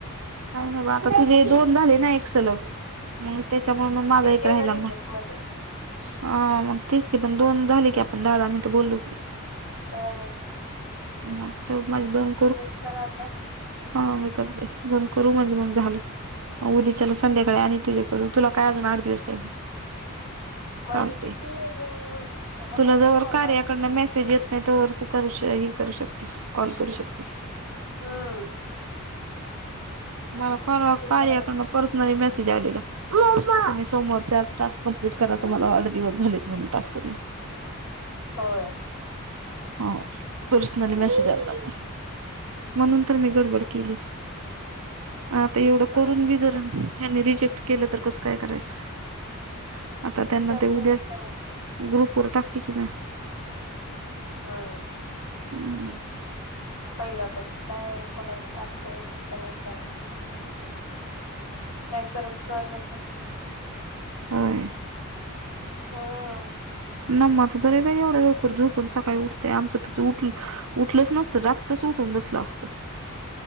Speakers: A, on the right; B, on the left.
A: काय नाही बा. आता तुझे दोन झाले ना, एक सलग. म त्याच्यामुळे म, माझा एक
B: गेलं
A: राहिला
B: रिजेक्ट
A: म.
B: मध्ये
A: ह मग तेच की. पण दोन झाले की. आपण दहा दहा मिनटं बोललो की.
B: ह.
A: मग ते माझे दोन
B: तुम्ही्च करा आता.
A: हो मी करते. दोन करू म्हणजे मग झालं. मग उद्याच्याला संध्याकाळी आणि तुझे करू. तुला काय अजून आठ दिवस टाईम.
B: माझे
A: चालतय.
B: किती अजून दहा
A: तुला
B: बारा
A: जवर
B: कॉल
A: कार्याकडन
B: राहतील
A: मेसेज ये त नाही. तवर तू करु हे करू शकतीस. कॉल करू शकतीस.
B: हम्म
A: मला परवा.
B: ते
A: कार्याकडन
B: तर आहे
A: पर्सनली मेसेज आलेला. तुम्ही सोमवरच्या आत टास्क कंप्लीट करा. तुम्हाला आठ दिवस झालेत म्हणून. टास्क <unintelligible>
B: होय.
A: हा पर्सनली
B: ह
A: मेसेज आलता मला. म्हणून तर, मी गडबड केली. आता एवढं
B: ह
A: करून बी जर, हनी रिजेक्ट केलं तर कसं काय करायचं. आता
B: विचारता
A: त्यांना ते उद्याच
B: येत त्यांना
A: ग्रुपवर टाकते कि मेसेज.
B: ह.
A: हम्म.
B: पहिल्या तच काय? कोणाचा टास्क येतात का नाही काय माहित? काय करत कळतच नाही.
A: होय.
B: ह.
A: नामाच तरी बाई एवढं लवकर झोपूण सकाळी उठते. आमचं त उठलं उठलंच नसतो. रातचच उठून बसलो असतो.